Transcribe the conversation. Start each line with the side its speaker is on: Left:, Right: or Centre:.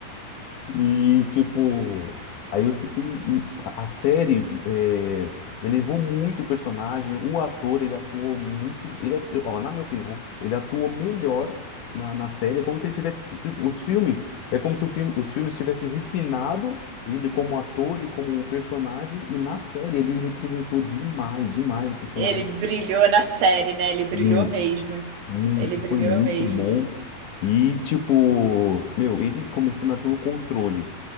Left: E, tipo, aí eu fiquei. hum, A série é, elevou muito o personagem, o ator, ele atuou muito. Ele, atu- ó, na minha opinião, ele atuou melhor na, na série. É como se ele tivesse. Tipo, os filmes. É como se o filme, os filmes tivessem refinado ele como ator e como personagem. E na série ele representou demais, demais o personagem.
Right: Ele brilhou na série, né? Ele brilhou
Left: Muito.
Right: mesmo.
Left: Muito,
Right: Ele brilhou
Left: foi muito
Right: mesmo.
Left: bom. E, tipo, meu, ele começando a ter o controle.